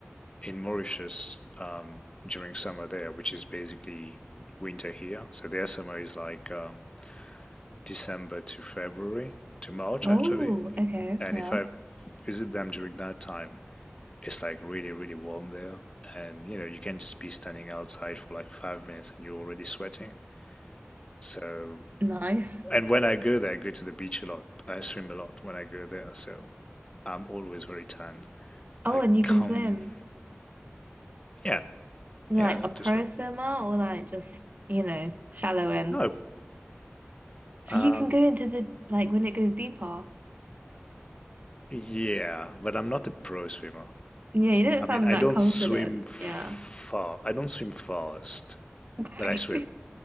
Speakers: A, on the left; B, on the right.
A: in Mauritius um, during summer there, which is basically winter here. So their summer is like um, December to February to March
B: Oh,
A: actually.
B: okay.
A: And
B: Yeah.
A: if I visit them during that time, it's like really, really warm there. And you know, you can just be standing outside for like five minutes and you're already sweating. So,
B: Nice.
A: and when I go there, I go to the beach a lot. I swim a lot when I go there. So I'm always very tanned.
B: Oh,
A: I
B: and you
A: come,
B: can swim.
A: yeah,
B: You're
A: yeah,
B: like
A: I like
B: a pro
A: to swim.
B: swimmer or like just, you know, shallow end?
A: No,
B: So
A: um,
B: you can go into the like when it goes deeper.
A: Yeah, but I'm not a pro swimmer.
B: Yeah, you don't
A: I
B: sound
A: mean, I
B: that
A: don't
B: confident.
A: swim far.
B: Yeah.
A: I don't swim fast,
B: <laughs>
A: but I swim.